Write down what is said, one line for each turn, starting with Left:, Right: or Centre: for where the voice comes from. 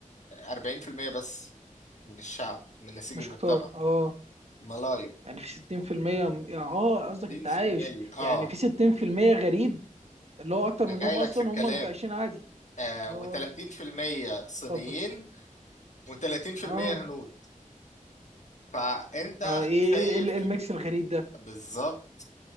Left: 40% بس من الشعب من نسيج
Right: مش
Left: المجتمع
Right: كتار اه
Left: ملايو
Right: يعني في 60% م- يعني اه قصدك
Left: 60%
Right: التعايش
Left: اه
Right: يعني في 60% غريب اللي هو اكتر
Left: أنا
Right: منهم
Left: جاي لك
Right: اصلا
Left: في الكلام
Right: هم متعايشين عادي
Left: آه،
Right: اه
Left: و30% صينيين
Right: اتفضل
Left: و30%
Right: اه
Left: هنود فأنت
Right: اه ايه
Left: شايف
Right: ايه إيه ال- الميكس الغريب ده
Left: بالظبط